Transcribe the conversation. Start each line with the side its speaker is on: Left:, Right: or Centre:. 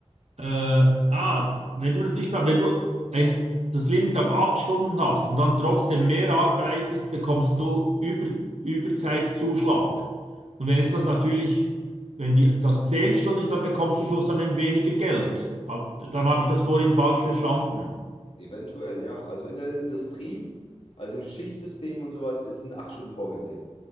Right: Äh, ah, wenn du natürlich sagst, wenn du ein, das Limit auf acht Stunden hast und dann trotzdem mehr arbeitest, bekommst du Über, Überzeitzuschlag. Und wenn es das natürlich, wenn die, das zehn Stunden ist, dann bekommst du schlussendlich weniger Geld. Hab, dann habe ich das vorhin falsch verstanden.
Left: Eventuell, ja. Also in der Industrie, also im Schichtsystem und sowas, sind acht Stunden vorgesehen.